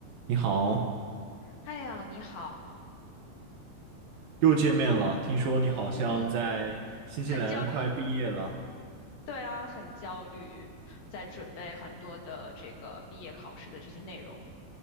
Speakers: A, on the right; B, on the left.
A: 你好，
B: 哎呀，你好，
A: 又见面了。听说你好像在新西兰快毕业了。
B: 嗯，很焦虑，对啊，很焦虑，在准备很多的这个毕业考试的这些内容，